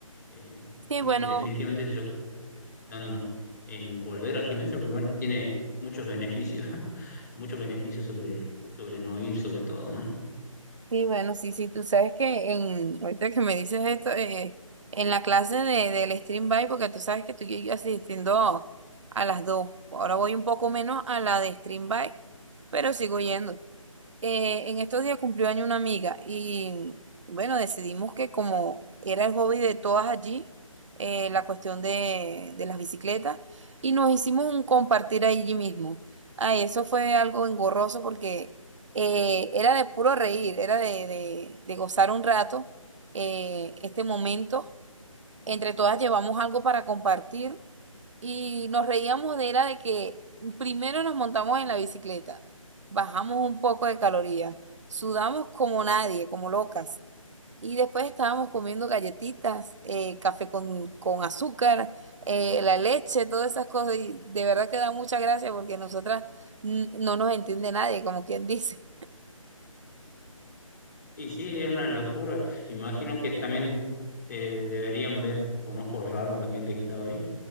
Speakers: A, on the left (about 30°); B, on the right (about 60°).
A: eh,
B: Sí,
A: sí,
B: bueno.
A: definitivamente yo estoy pensando en volver al gimnasio, porque bueno, tiene muchos beneficios, <laughs> muchos beneficios sobre, sobre no ir, sobre todo, ¿no?
B: Sí, bueno, sí, sí, tú sabes que en, ahorita que me dices esto, eh, en la clase de, del stream by, porque tú sabes que estoy yo asistiendo a las dos, ahora voy un poco menos a la de stream by, pero sigo yendo eh, en estos días cumplió año una amiga y bueno, decidimos que como era el hobby de todas allí, eh, la cuestión de, de las bicicletas, y nos hicimos un compartir allí mismo. Ay, eso fue algo engorroso porque eh, era de puro reír, era de, de- de gozar un rato eh, este momento. Entre todas llevamos algo para compartir y nos reíamos de era de que primero nos montamos en la bicicleta, bajamos un poco de calorías, sudamos como nadie, como locas. Y después estábamos comiendo galletitas, eh, café con, con azúcar, eh, la leche, todas esas cosas. Y de verdad que da mucha gracia porque nosotras mm, no nos entiende nadie, como quien <laughs> dice.
A: Y sí, es una locura. Imagino que también te deberían ver con ojos raros la gente que estaba ahí,